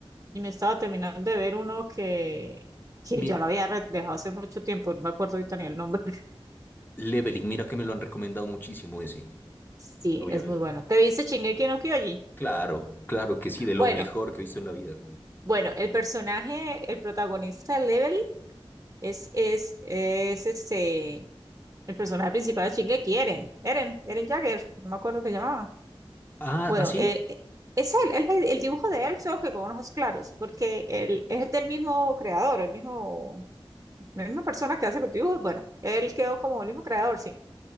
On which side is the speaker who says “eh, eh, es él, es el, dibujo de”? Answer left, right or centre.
Right